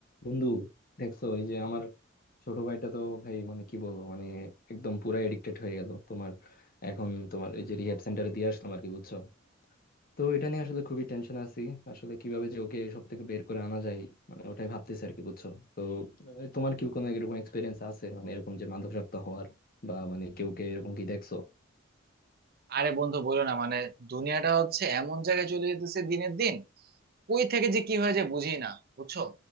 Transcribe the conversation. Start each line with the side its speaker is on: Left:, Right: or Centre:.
Left: বন্ধু দেখছো এই যে আমার ছোট ভাইটা তো ভাই মানে কি বলবো মানে একদম পুরাই এডিক্টেড হয়ে গেল তোমার এখন তোমার এই যে রিহ্যাব সেন্টারে দিয়ে আসলাম আর কি বুঝছো তো এটা নিয়ে আসলে খুবই টেনশন আছি আসলে কিভাবে যে ওকে সব থেকে বের করে আনা যায় মানে ওটাই ভাবতেছি আর কি বুঝছো তো আহ, তোমার কি কোনো এরকম এক্সপিরিয়েন্স আছে মানে এরকম যে মাদকাসক্ত হওয়ার বা মানে কেউ কে এরকম কি দেখছো
Right: আরে বন্ধু বলো না মানে দুনিয়াটা হচ্ছে এমন জায়গায় চলে যেতেছে দিনের দিন কই থেকে যে কি হয়ে যায় বুঝি না বুঝছো